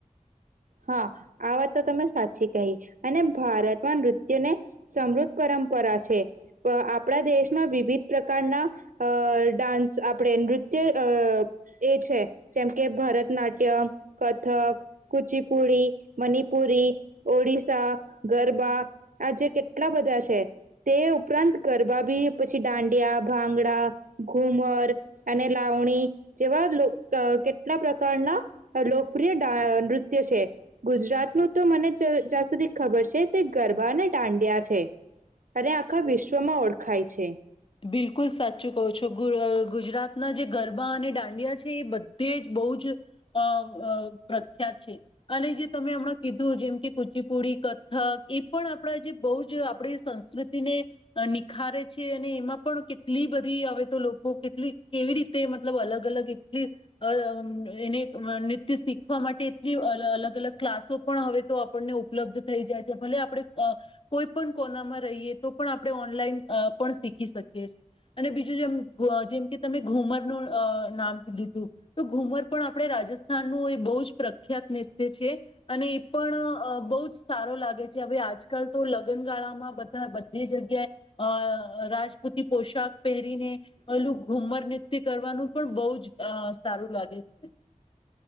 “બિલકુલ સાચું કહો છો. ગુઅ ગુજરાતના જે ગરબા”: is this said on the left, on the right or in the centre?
Left